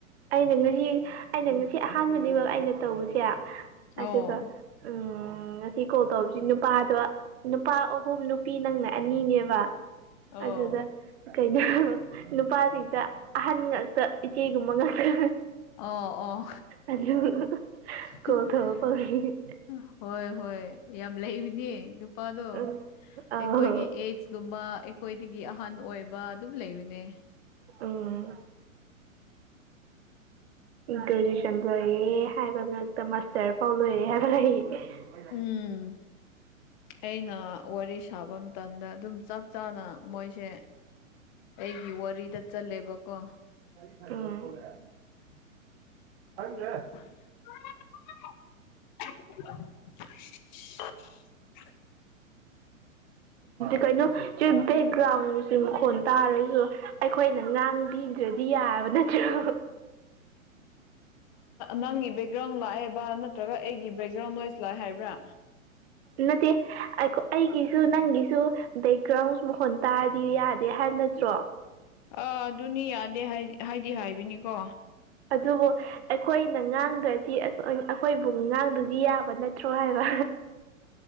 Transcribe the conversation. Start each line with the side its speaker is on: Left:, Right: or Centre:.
Right: ꯑꯩꯅ ꯉꯁꯤ ꯑꯩꯅ ꯉꯁꯤ ꯑꯍꯥꯟꯕꯅꯤꯕ ꯑꯩꯅ ꯇꯧꯕꯁꯦ
Left: ꯑꯣ
Right: ꯑꯗꯨꯒ ꯎꯝ ꯉꯁꯤ ꯀꯣꯜ ꯇꯧꯕꯁꯤ ꯅꯨꯄꯥꯗ ꯅꯨꯄꯥ ꯑꯍꯨꯝ ꯅꯨ ꯄꯤ ꯅꯪꯅ ꯑꯅꯤꯅꯦꯕ
Left: ꯑꯣ
Right: ꯑꯗꯨꯗ ꯀꯩꯅꯣ ꯅꯨꯄꯥꯁꯤꯡꯗ ꯑꯍꯟ ꯉꯥꯛꯇ ꯏꯆꯦꯒꯨꯝꯕ ꯉꯥꯛꯇ꯫
Left: ꯑꯣ ꯑꯣ
Right: ꯑꯗꯨ
Left: <unintelligible>
Right: ꯀꯣꯜ ꯇꯧꯔꯛꯄꯒꯤ
Left: ꯍꯣꯏ ꯍꯣꯏ ꯌꯥꯝ ꯂꯩꯕꯅꯦ ꯅꯨꯄꯥꯗꯣ
Right: ꯎꯝ ꯑꯥꯎ
Left: ꯑꯩꯈꯣꯏꯒꯤ ꯑꯦꯖ ꯒꯨꯝꯕ ꯑꯩꯈꯣꯏꯗꯒꯤ ꯑꯍꯟ ꯑꯣꯏꯕ ꯑꯗꯨꯝ ꯂꯩꯕꯅꯦ꯫
Right: ꯎꯝ꯫ ꯒ꯭ꯔꯦꯖꯨꯑꯦꯁꯟ ꯂꯣꯏꯌꯦ ꯍꯥꯏꯕ ꯉꯛꯇ ꯃꯥꯁꯇꯔ ꯐꯥꯎ ꯂꯣꯏꯔꯦ ꯍꯥꯏꯕ ꯂꯩ꯫ <unintelligible>
Left: ꯎꯝ ꯑꯩꯅ ꯋꯥꯔꯤ ꯁꯥꯕ ꯃꯇꯝꯗ ꯑꯗꯨꯝ ꯆꯞ ꯆꯥꯅ ꯃꯣꯏꯁꯦ, ꯑꯩꯒꯤ ꯋꯥꯔꯤꯗ ꯆꯜꯂꯦꯕꯀꯣ
Right: ꯑꯥ
Left: <inaudible>
Right: ꯈꯪꯗꯦꯍꯦ
Left: <inaudible>
Right: ꯀꯩꯅꯩ ꯁꯤ ꯕꯦꯛꯒ꯭ꯔꯥꯎꯟꯅꯤ ꯃꯈꯣꯟ ꯇꯥꯔꯁꯨ ꯑꯩꯈꯣꯏꯅ ꯉꯥꯡꯕꯤꯗ꯭ꯔꯗꯤ ꯌꯥꯕ ꯅꯠꯇ꯭ꯔꯣ
Left: ꯅꯪꯒꯤ ꯕꯦꯛꯒ꯭ꯔꯥꯎꯟ ꯂꯥꯛꯑꯦꯕ ꯅꯠꯇ꯭ꯔꯒ ꯑꯩꯒꯤ ꯕꯦꯛꯒ꯭ꯔꯥꯎꯟ ꯅꯣꯏꯁ ꯂꯥꯛꯑꯦ ꯍꯥꯏꯕ꯭ꯔꯥ
Right: ꯅꯠꯇꯦ ꯑꯩꯒꯤꯁꯨ ꯅꯪꯒꯤꯁꯨ ꯕꯦꯛꯒ꯭ꯔꯥꯎꯟ ꯃꯈꯣꯟ ꯇꯥꯔꯗꯤ ꯌꯥꯗꯦ ꯍꯥꯏꯕ ꯅꯠꯇ꯭ꯔꯣ
Left: ꯑꯥ ꯑꯗꯨꯅꯤ ꯌꯥꯗꯦ ꯍꯥꯏꯗꯤ ꯍꯥꯏꯕꯅꯤꯀꯣ
Right: ꯑꯗꯨꯕꯨ ꯑꯩꯈꯣꯏꯅ ꯉꯥꯡꯗ꯭ꯔꯗꯤ ꯑꯩꯈꯣꯏꯕꯨ ꯉꯥꯡꯗ꯭ꯔꯗꯤ ꯌꯥꯕ ꯅꯠꯇ꯭ꯔꯣ ꯍꯥꯏꯕ